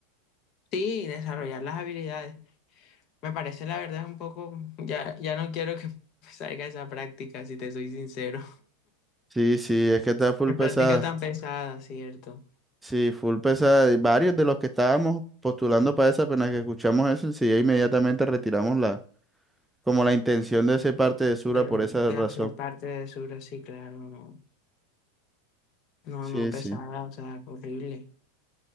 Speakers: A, on the left; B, in the centre.
A: Sí, desarrollar las habilidades. Me parece la verdad un poco, ya, ya no quiero que <laughs> salga esa práctica, si te soy sincero.
B: Sí, sí, es que está
A: <laughs>
B: full
A: Qué
B: pesada.
A: práctica tan pesada, ¿cierto?
B: Sí, full pesada. y Varios de los que estábamos postulando para esa, apenas que escuchamos eso, enseguida inmediatamente retiramos la, como la intención de ese parte de Sura
A: De,
B: por esa
A: de
B: razón.
A: hacer parte de Sura, sí, claro, no. No,
B: Sí,
A: no, pesada,
B: sí.
A: o sea, horrible.